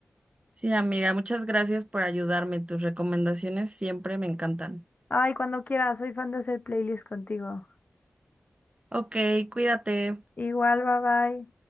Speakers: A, on the right (about 30°); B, on the left (about 40°).
A: Sí, amiga, muchas gracias por ayudarme. Tus recomendaciones siempre me encantan.
B: Ay, cuando quieras, soy fan de hacer playlists contigo.
A: Ok, cuídate.
B: Igual, bye bye.